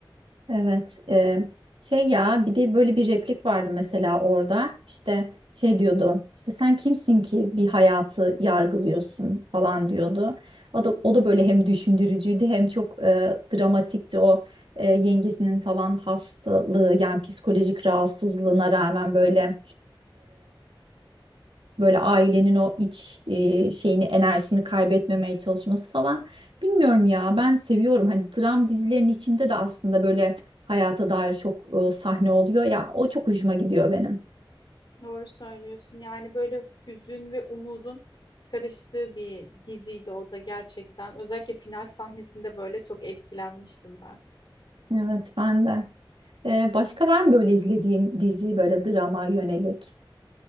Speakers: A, on the right; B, on the left.
A: Evet, e, şey ya bir de böyle bir replik vardı mesela orada işte şey diyordu işte sen kimsin ki bir hayatı yargılıyorsun falan diyordu. O da o da böyle hem düşündürücüydü hem çok e, dramatikti o e, yengesinin falan hastalığı yani psikolojik rahatsızlığına rağmen böyle böyle ailenin o iç e, şeyini enerjisini kaybetmemeye çalışması falan. Bilmiyorum ya ben seviyorum. Hani dram dizilerinin içinde de aslında böyle hayata dair çok e, sahne oluyor ya. O çok hoşuma gidiyor benim.
B: Doğru söylüyorsun. Yani böyle hüzün ve umudun karıştığı bir diziydi o da gerçekten. Özellikle final sahnesinde böyle çok etkilenmiştim ben.
A: Evet ben de. E, başka var mı böyle izlediğin dizi böyle drama yönelik?